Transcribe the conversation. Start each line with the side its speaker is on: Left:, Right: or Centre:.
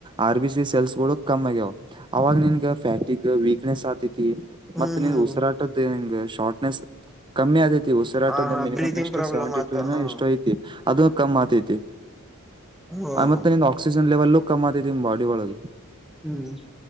Right: R B C cells ಗಳು ಕಮ್ಮ ಆಗ್ಯಾವ್ ಅವಾಗ ನಿನ್ಗ ಫ್ಯಾಟಿಗ ವೀಕ್ನೆಸ್ ಆತತಿ
Centre: ಹ್ಮ್
Right: ಮತ್ತೆ ನಿನ್
Centre: ಹ್ಮ್
Right: ಉಸಿರಾಟದು ನಿನ್ ಶಾರ್ಟ್ನೆಸ್ ಕಮ್ಮಿ ಅಗ್ಯತಿ ಉಸಿರಾಟದ
Centre: ಹ ಹಾ
Right: ಮಿನಿಮ್
Centre: ಬ್ರೀದಿಂಗ್
Right: ಎಷ್ಟ
Centre: ಪ್ರಾಬ್ಲಮ್
Right: ಸೆವೆಂಟಿ
Centre: ಆತ
Right: ಟೂ
Centre: ಹಾ
Right: ಎಷ್ಟುಐತಿ ಅದ ಕಮ್ಮ್ ಆತೈತಿ
Centre: ಹೋ
Right: ಮತ್ತೆ
Centre: ಹೋ
Right: ನಿ ಆಕ್ಸಿಜನ್ ಲೆವೆಲ್ಲು ಕಮ್ಮ್ ಆತೈತಿ ನಿಮ್ ಬಾಡಿೊಳಗೆ
Centre: ಹ್ಮ್